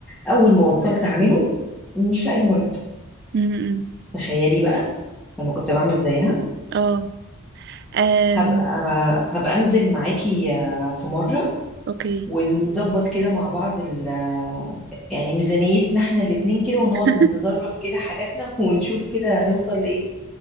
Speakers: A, in the centre; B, on the right (about 50°).
A: اول ما بطلت اعمله مش لاقي المرتب
B: امم
A: تخيلي بقى لما كنت بعمل زيها
B: اه آم،
A: هبقى هبقى انزل معاكي آه، في مرة
B: اوكي
A: ونظبط كده مع بعض ال آه، يعني ميزانيتنا احنا الاتنين كده ونقعد
B: <laughs>
A: نظرف كده حاجاتنا ونشوف كده نوصل لإيه